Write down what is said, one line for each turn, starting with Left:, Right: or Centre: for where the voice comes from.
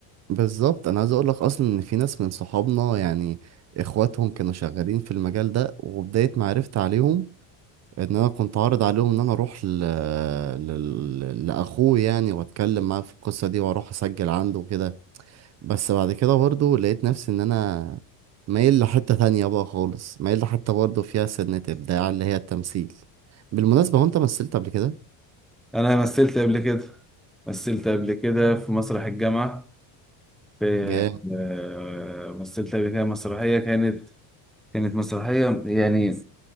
Right: بالظبط انا عايز اقول لك اصلا ان في ناس من صحابنا يعني اخواتهم كانوا شغالين في المجال ده وبداية ما عرفت عليهم ان انا كنت عارض عليهم ان انا اروح ل... ل... لاخوه يعني واتكلم معاه في القصة دي واروح اسجل عنده وكده بس بعد كده برضه لقيت نفسي ان انا مايل لحتة تانية بقى خالص مايل لحتة برضه فيها سنة ابداع اللي هي التمثيل بالمناسبة هو انت مثلت قبل كده؟
Centre: انا مثلت قبل كده مثلت قبل كده في مسرح الجامعه في
Right: جامد
Centre: آه، مثلت قبل كده مسرحيه كانت كانت مسرحية يعني